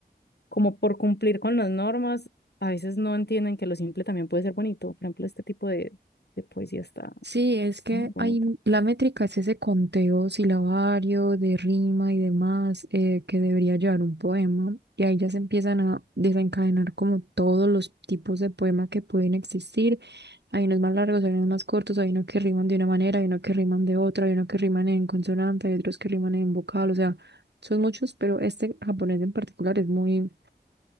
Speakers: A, on the left (about 75°); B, on the right (about 85°).
A: como por cumplir con las normas, a veces no entienden que lo simple también puede ser bonito, por ejemplo, este tipo de, de poesía está
B: Sí, es que
A: muy bonito.
B: hay, la métrica es ese conteo silabario de rima y demás eh, que debería llevar un poema. Y ahí ya se empiezan a desencadenar como todos los tipos de poema que pueden existir. Hay unos más largos, hay unos más cortos, hay unos que riman de una manera, hay unos que riman de otra, hay unos que riman en consonante, hay otros que riman en vocal. O sea, son muchos, pero este japonés en particular es muy,